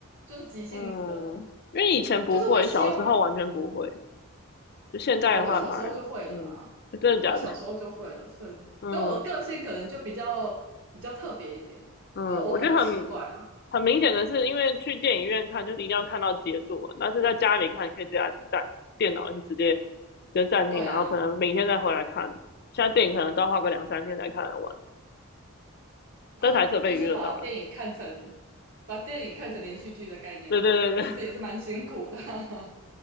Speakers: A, on the right; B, on the left.
A: 就是急性子的人，
B: 嗯，因为以前不会，
A: 就是会希望
B: 小时候完全不会，就现在的话反而，
A: 哦，我小时候就会了啦，
B: 嗯，真的假的？
A: 我小时候就会了，所以对我个性可能就比较比较特别一点，
B: 嗯，嗯，
A: 就我很奇怪啊，
B: 我觉得很很明显的是，因为去电影院看就是一定要看到结束嘛，但是在家里看，你可以直接按暂停，电脑也是直接直接暂停，
A: 对啊，
B: 然后可能明天再回来看。现在电影可能都要花个两三天才看得完，
A: 哇，
B: 但是还是有被娱乐到了。
A: 就是把电影看成把电影看成连续剧的概念嘛，
B: 对对对对
A: 其实也是蛮辛苦的。<laughs>